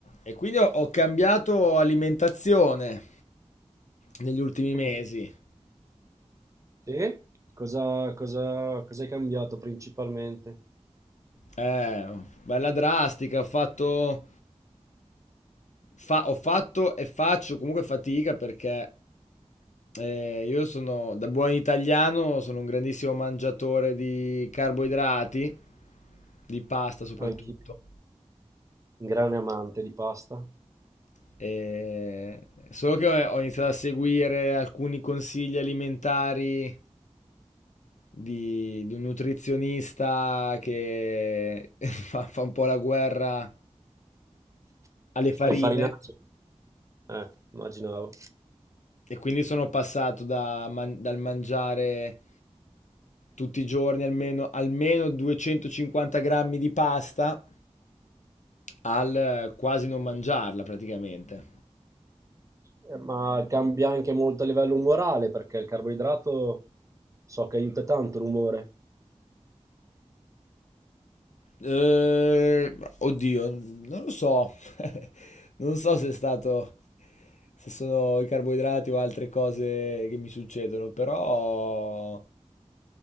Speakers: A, on the left (about 85°); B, on the right (about 25°).
A: E quindi ho- ho cambiato alimentazione negli ultimi mesi.
B: Mm. Sì? Cosa, cosa- cosa hai cambiato principalmente?
A: Eh, bella drastica, ho fatto, fa- ho fatto e faccio comunque fatica perché eh, io sono, da buon italiano, sono un grandissimo mangiatore di carboidrati, di pasta soprattutto.
B: Anche un grande amante di pasta.
A: E- Solo che ho iniziato a seguire alcuni consigli alimentari di, di un nutrizionista che <laughs> fa, fa un po' la guerra alle farine
B: Hai farinato? Eh, immaginavo.
A: e quindi sono passato da man- dal mangiare tutti i giorni almeno, almeno 250 grammi di pasta al eh, quasi non mangiarla praticamente.
B: Eh, Ma cambia anche molto a livello umorale, perché il carboidrato so che aiuta tanto l'umore.
A: Eh, oddio, non lo so. <laughs> Non so se è stato, se sono i carboidrati o altre cose che mi succedono, però